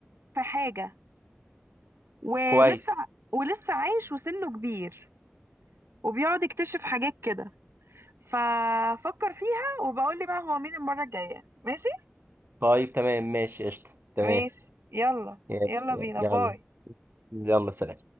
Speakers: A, on the right; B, on the right.
A: في حاجه ولسه
B: كويس
A: ولسه عايش وسنه كبير وبيقعد يكتشف حاجات كده ففكر فيها وبقول لي بقى هو مين المره الجايه ماشي
B: طيب تمام ماشي قشطة تمام
A: ماشي يلا
B: يلا
A: يلا بينا
B: يلا
A: باي
B: يلا سلام